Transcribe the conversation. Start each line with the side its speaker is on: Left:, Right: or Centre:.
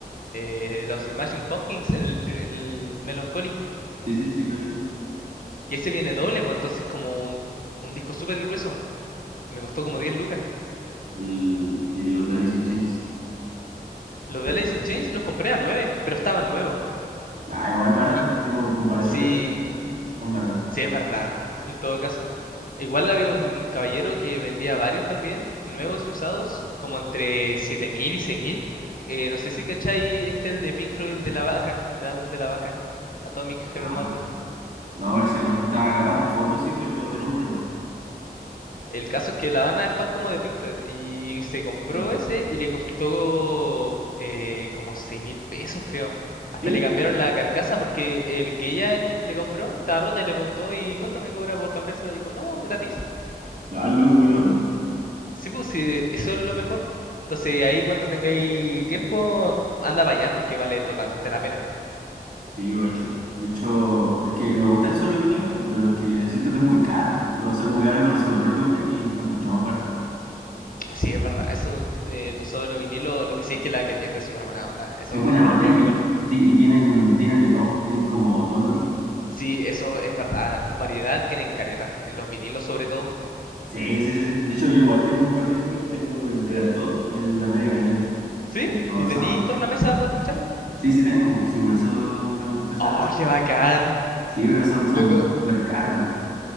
Left: eh, los Smashing Pumpkins, el, el Melancholy.
Right: Sí, sí, sí, cacho.
Left: Que ese viene doble, pues entonces como un, un disco súper grueso. Me costó como 10 lucas.
Right: El, y los de Alice in Chains.
Left: Los de Alice in Chains los compré a 9 pero estaban nuevos.
Right: Ah, igual barato.
Left: Y
Right: Tipo, en comparación
Left: si
Right: al... Tan barato.
Left: Sí, es verdad, en todo caso. Igual había un caballero que vendía varios también, nuevos y usados, como entre 7000 y 6000. Eh, no sé si cachai este el de Pink Floyd el de la vaca, el álbum de la vaca, Atomic Her
Right: Ah,
Left: Mother.
Right: No, parece que no. O sea, capaz de fotos sí, pero de nombre no.
Left: El caso es que la Dana es fan como de Pink Floyd y se compró
Right: ¿Ah?
Left: ese y le costó eh, como seis mil pesos, creo. Hasta
Right: ¿Sí?
Left: le cambiaron la carcasa porque el que ella comp- le compró estaba rota y le preguntó, ¿y cuánto me cobra por cambiársela? dijo, no, gratis.
Right: Ah, luego, buena onda.
Left: Sí, pues sí, eso es lo mejor. Entonces ahí cuando tengáis tiempo, anda para allá porque vale totalmente la pena.
Right: Sí, yo gacho. De hecho, es que me gusta el solo vinilos, pu, pero es que siento que es muy caro. O sea, como que ahora he conocido otros lugares y están mucho más baratos.
Left: Sí, es verdad, eso, eh, lo sobre los vinilos, lo que sí es que la que tiende es súper buena onda, eso
Right: Es buena banda
Left: lo, lo
Right: y
Left: reconozco.
Right: sí, y tienen, tienen de todo, tienen como todos los discos.
Left: Sí, eso es verdad, variedad tienen careta, en los vinilos sobre todo.
Right: Sí, sí, sí. sí. De hecho, yo igual tengo un par de vinilos, tengo el, el Artaud y el American Idiot.
Left: ¿Sí?
Right: Pero
Left: ¿Y tenéis
Right: son-
Left: tornamesa para escucharlo?
Right: sí, sí tengo, pu, Sí, por eso lo empecé
Left: ¡Oh,
Right: a...
Left: qué bacán!
Right: Sí, pero son, son
Left: Loco,
Right: súper caros.